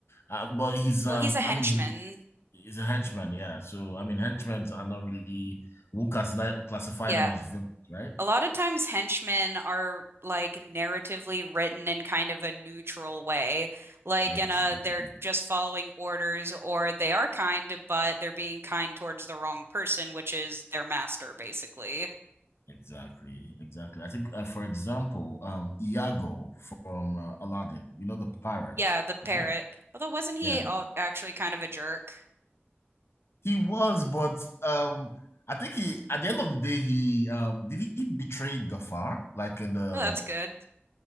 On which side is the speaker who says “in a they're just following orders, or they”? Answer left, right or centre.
Right